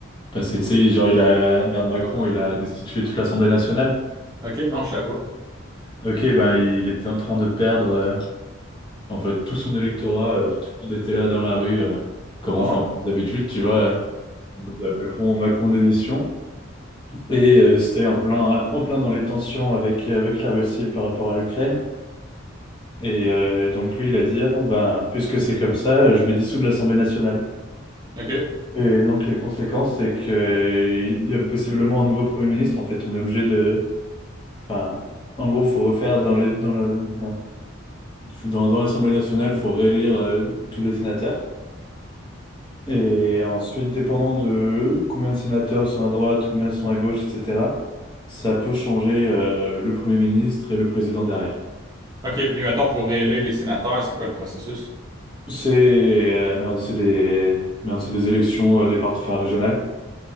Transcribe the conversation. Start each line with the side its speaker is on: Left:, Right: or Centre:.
Left: passé, tu sais, genre, il a. Merde, Macron, il a destitué toute l'Assemblée nationale.
Right: <laughs> OK, non, je ne savais pas.
Left: Ok, ben, il était en train de perdre, euh, en fait, tout son électorat. euh, tout le monde était là dans la rue, euh, comme
Right: Ah
Left: on fait
Right: ouais?
Left: en France d'habitude, tu vois. euh, en mode, euh, Macron, Macron démission. Et euh, c'était en plein, en plein dans les tensions avec, avec la Russie par rapport à l'Ukraine. Et euh, donc lui, il a dit, ah bon, ben, puisque c'est comme ça, je vais dissoudre l'Assemblée nationale.
Right: <laughs> OK.
Left: Et donc les conséquences, c'est que euh, il y a possiblement un nouveau Premier ministre. En fait, on est obligé de... Enfin, en gros, faut refaire dans les, dans la, merde. Faut- dans, dans l'Assemblée nationale, faut réélire euh, tous les sénateurs. Et ensuite, dépendant de combien de sénateurs sont à droite, combien sont à gauche, etc., ça peut changer euh, le Premier ministre et le président derrière.
Right: OK, puis mettons, pour élire les sénateurs, c'est quoi le processus?
Left: C'est euh, merde, c'est des, merde, c'est des élections euh, des partis enfin, régionales.